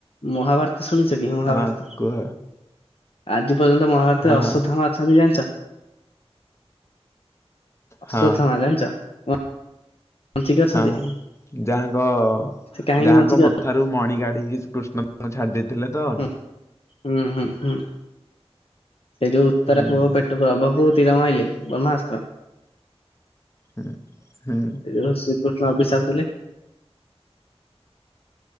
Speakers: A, on the left; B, on the left.
A: ମହାଭାରତ ଶୁଣିଚ କି ମହାଭାରତ?
B: ହଁ କୁହ
A: ଆଜି ପର୍ଯ୍ୟନ୍ତ ମହାଭାରତରେ
B: ହଁ
A: ଅଶ୍ୱଥାମା ଅଛନ୍ତି ଜାଣିଚ? ଆସୁଥମା
B: ହଁ
A: ଜାଣିଛ <unintelligible> ବଞ୍ଚିକି ଅଛନ୍ତି
B: ହଁ ଯାହାଙ୍କ
A: ସେ କାହିଁକି
B: ଯାହାଙ୍କ
A: ବଞ୍ଚିକି
B: ମଥା
A: ଅଛନ୍ତି?
B: ରୁ ମଣି କାଢିକି କୃଷ୍ଣଙ୍କୁ ଛାଡି ଦେଇେଇଥିଲେ ତ?
A: ହୁଁ ହୁଁ ହୁଁ ହୁଁ ସେ ଯେଉ ଉତରା
B: ହୁଁ।
A: ପୁଅ ପେଟୁ। ଗଭକୁ ତିର ମାଇଲେ ବ୍ରହ୍ମାଅସ୍ତ୍ର।
B: ହୁଁ ହୁଁ
A: ଯଉ ଶ୍ରୀକୃଷ୍ଣ ଅଭିଶାପ ଦେଲେ।